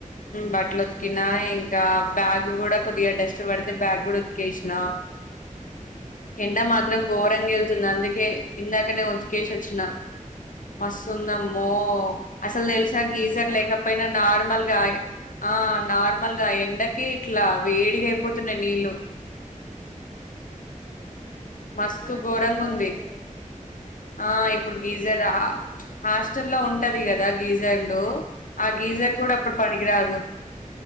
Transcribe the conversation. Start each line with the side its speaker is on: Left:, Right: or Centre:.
Left: బట్టలు ఉతికినా ఇంకా బ్యాగ్ కూడా కొద్దిగా డస్ట్ పడితే బ్యాగ్ కూడా ఉతికేసినా ఎండ మాత్రం ఘోరంగా
Right: ఉహు
Left: వెళ్తుంది అందుకే ఇందాకనే ఉతికేసి వచ్చిన మస్తుందమ్మో అసలు తెలుసు గీజర్
Right: అవును
Left: లేకపోయినా
Right: బయట
Left: నార్మల్ ఆ నార్మల్ గా ఎండకి ఇట్ల వేడిగా అయిపోతున్నాయి నీళ్ళు
Right: అవును
Left: మస్తు
Right: ఇప్పుడు మనకి
Left: ఘోరంగుంది.
Right: గీజర్ అవసరమే లేదు
Left: ఆ! ఇప్పుడు గీజర్ ఆ ఉహ్ హాస్టల్లో ఉంటది కదా గీజర్ లు ఆ గీజర్ కూడా అప్పుడు పనికిరాదు